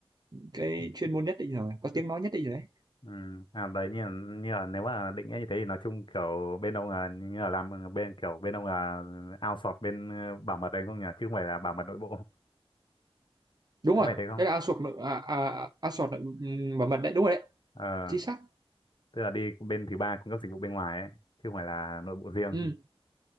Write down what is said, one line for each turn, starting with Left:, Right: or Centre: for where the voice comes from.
Right: cái chuyên môn nhất định rồi có tiếng nói nhất định rồi đấy
Left: ừm. À đấy như là, như là nếu mà định nghĩa như thế thì nói chung kiểu bên ông là như là làm bên kiểu bên ông là outsource bên ờ, bảo mật đấy không nhỉ chứ không phải là bảo mật nội bộ.
Right: đúng
Left: Có
Right: rồi
Left: phải thế không?
Right: đấy là outsource nội à, à, outsource nội, ừm, bảo mật đấy đúng rồi đấy
Left: Ờ
Right: chính xác
Left: tức là đi bên thứ ba cung cấp dịch vụ bên ngoài ấy chứ không phải là nội bộ riêng
Right: ừ